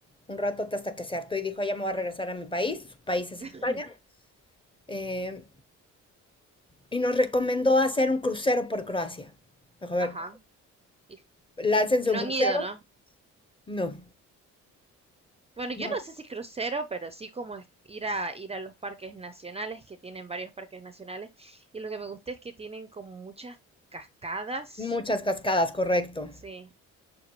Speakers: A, on the left; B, on the right.
A: un rato hasta que se hartó y dijo, "Ah, ya me voy a regresar a mi país, su país es
B: <laughs>
A: España. Eh, y nos recomendó hacer un crucero por Croacia. Me Dijo, a ver,
B: Ajá. Y
A: láncense
B: no
A: un
B: han
A: crucero.
B: ido, ¿no?
A: No,
B: Bueno,
A: no,
B: yo no sé si crucero, pero sí como es- ir a ir a los parques nacionales, que tienen varios parques nacionales, y lo que me gusta es que tienen como muchas cascadas.
A: muchas cascadas, correcto.
B: Sí.